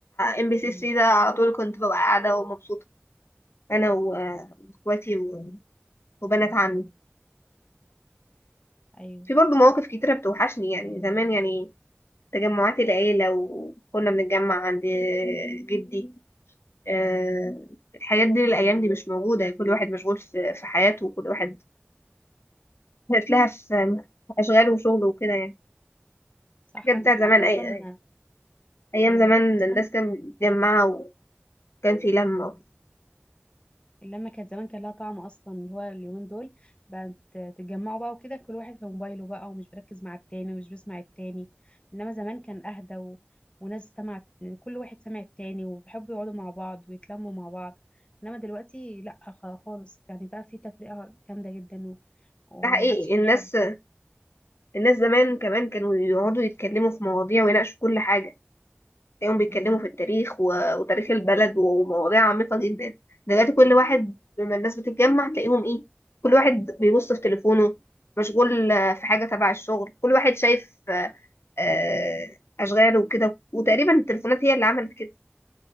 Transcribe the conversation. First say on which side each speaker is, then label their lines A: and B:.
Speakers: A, on the left (about 80°); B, on the left (about 25°).
A: ام بي سي
B: امم
A: 3 ده على طول كنت ببقى قاعدة ومبسوطة انا و- واخواتي و... وبنات عمي
B: ايوه
A: في برضه مواقف كتيرة بتوحشني يعني زمان يعني تجمعات العيلة وكنا بنتجمع عند جدي آه، الحاجات دي الأيام دي مش موجودة يعني كل واحد مشغول في في حياته وكل واحد لها في في أشغاله وشغله وكده يعني
B: صح
A: الحاجات
B: عندك
A: بتاعت
B: حق
A: زمان
B: اصلا
A: أي أيام
B: ايوه
A: زمان
B: اصلا
A: الناس كانت متجمعة وكان في لمة
B: اللمة كانت زمان كان لها طعم أصلا اللي هو اليومين دول بقت تتجمعوا بقى وكده كل واحد في موبايله بقى ومش بركز مع التاني ومش بسمع التاني إنما زمان كان أهدى و... وناس سمعت كل واحد سمع التاني وبيحبوا يقعدوا مع بعض ويتلموا مع بعض إنما دلوقتي لأ خ- خالص يعني بقى في تفرقة جامدة جدا و... وما
A: ده حقيقي
B: عادش في
A: الناس
B: حد
A: الناس زمان كمان كانوا يقعدوا يتكلموا في مواضيع ويناقشوا كل حاجة تلاقيهم بيتكلموا
B: امم
A: في التاريخ و- وتاريخ البلد ومواضيع عميقة جدا دلوقتي كل واحد لما الناس بتتجمع تلاقيهم ايه كل واحد بيبص في تليفونه مشغول آه، في حاجة تبع الشغل كل واحد شايف آه، آه، أشغاله وكده وتقريبا التليفونات هي اللي عملت كده